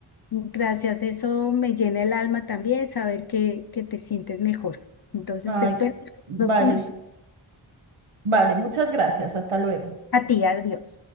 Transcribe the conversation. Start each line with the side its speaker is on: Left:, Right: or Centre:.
Left: Gracias, eso me llena el alma también, saber que, que te sientes mejor. Entonces
Right: Ay,
Left: te espero en la
Right: vale,
Left: próxima
Right: vale, muchas gracias. Hasta luego.
Left: A ti, adiós.